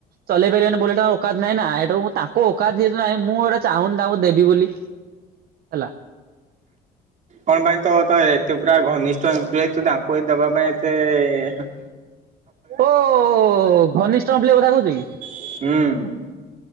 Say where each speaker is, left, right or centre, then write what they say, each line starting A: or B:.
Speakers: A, on the right; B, on the right.
A: ଚଲେଇ ପାରିବାନି, ବୁଲେଟ୍ ତାଙ୍କ ଓକାତ୍ ନାଇଁ ନା! ତାଙ୍କ ଓକାତ୍ ଯେହେତୁ ନାହିଁ, ମୁଁ ଗୋଟେ ଚାହୁଁନି ତାଙ୍କୁ ଦେବି ବୋଲି ହେଲା?
B: କଣ ପାଇଁ ତ, ତ, ଏତେ ପୁରା ଘନିଷ୍ଠ ଏମ୍ପ୍ଲଇ ତୁ ଦାନ୍ କୋଇ ଦବା ପାଇଁ, ଏତେ-ଏ ହଁ।
A: ଓ-ଓ-ଓ-ଓ-ଓ, ଘନିଷ୍ଠ ଏମ୍ପ୍ଲଇ କଥା କହୁଛି କି?
B: ହୁଁ।